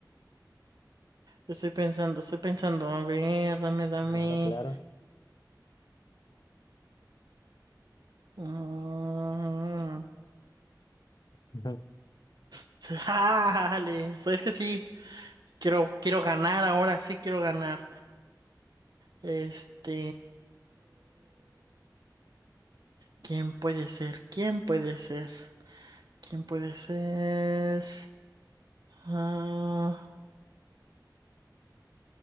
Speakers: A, on the right; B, on the left.
A: Yo estoy pensando, estoy pensando, a ver, dame, dame.
B: Claro, claro.
A: Mm,
B: Ujú.
A: <laughs> Dale, sabes que sí, quiero, quiero ganar ahora, sí quiero ganar. Este, ¿quién puede ser? ¿Quién puede ser? ¿Quién puede ser? Ah,